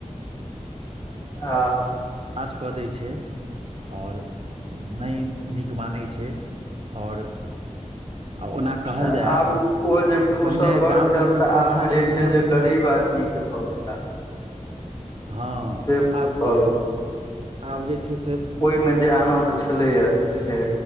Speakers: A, on the left; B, on the right.
A: आ
B: काज कऽ दै छै आओर नइ नीक मानै छै आओर आ ओना कहल
A: त
B: जाय
A: आब ओ जे
B: तऽ
A: फूसक
B: पहिने
A: घर
B: गाम
A: भेल
B: घरमे
A: तऽ
B: कोठाके
A: आब बुझै
B: घर
A: छै जे
B: होइ छलै
A: गरीब आदमी के घर भेलाऽ
B: हँ
A: भऽ
B: आब आब जे छै से
A: ओइमे जे आनन्द छलैय से